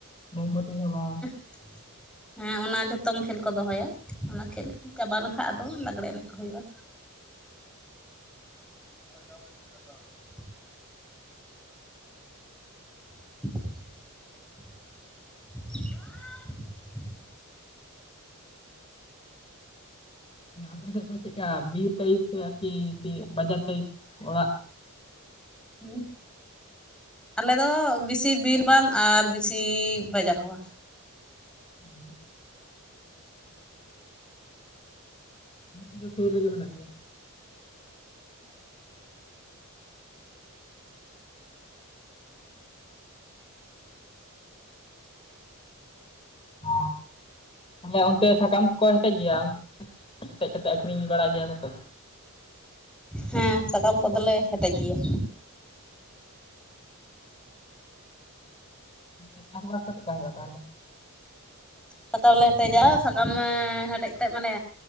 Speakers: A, on the left; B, in the centre.
A: ᱢᱳᱢᱵᱚᱛᱤ ᱫᱷᱚᱨᱟᱣ
B: <inaudible> ᱦᱮᱸ ᱚᱱᱟ ᱡᱚᱛᱚᱢ ᱠᱷᱮᱞ ᱠᱚ ᱫᱚᱦᱚᱭᱟ ᱚᱱᱟ ᱠᱷᱮᱞ ᱪᱟᱵᱟ ᱞᱮᱱᱠᱷᱟᱡ ᱟᱫᱚ ᱞᱟᱜᱽᱲᱮ ᱮᱱᱮᱡ ᱠᱚ ᱦᱩᱭᱩᱜᱼᱟ <unintelligible> <inaudible> <inaudible> <inaudible>
A: ᱟᱯᱮᱥᱮᱫ ᱫᱚ ᱪᱮᱫᱠᱟ ᱵᱤᱨ ᱴᱟᱭᱤᱯ ᱠᱤ ᱵᱟᱡᱟᱨ ᱴᱟᱭᱤᱯ ᱚᱲᱟᱜ?
B: ᱦᱩᱸ ᱟᱞᱮᱫᱚ ᱵᱮᱥᱤ ᱵᱤᱨ ᱵᱟᱝ ᱟᱨ ᱵᱮᱥᱤ ᱵᱟᱡᱟᱨ ᱦᱚᱸ ᱵᱟᱝ
A: ᱦᱩᱸ <unintelligible> ᱚᱱᱟ ᱠᱚᱫᱚ <unintelligible> ᱨᱮᱜᱮ ᱢᱮᱱᱟᱜ ᱜᱮᱭᱟ ᱚ ᱛᱟᱦᱚᱞᱮ ᱚᱱᱛᱮ ᱥᱟᱠᱟᱢ ᱠᱚ ᱦᱮᱴᱮᱡ ᱜᱮᱭᱟ? ᱦᱮᱴᱮᱡ ᱠᱟᱛᱮ ᱟᱠᱷᱨᱤᱧ ᱵᱟᱲᱟᱭ ᱜᱮᱭᱟ ᱠᱚᱛᱚ
B: ᱦᱮᱸ ᱥᱟᱠᱟᱢ ᱠᱚᱫᱚᱞᱮ ᱦᱮᱴᱮᱡ ᱜᱮᱭᱟ
A: ᱟᱨ ᱪᱟᱥ ᱵᱟᱥ ᱠᱚ ᱪᱮᱫᱠᱟ ᱦᱩᱭᱩᱜᱼᱟ ᱛᱟᱦᱚᱞᱮ?
B: ᱥᱟᱠᱟᱢ ᱞᱮ ᱦᱮᱴᱮᱡᱟ ᱥᱟᱠᱟᱢ ᱦᱮᱴᱮᱡ ᱠᱟᱛᱮᱫ ᱢᱟᱱᱮ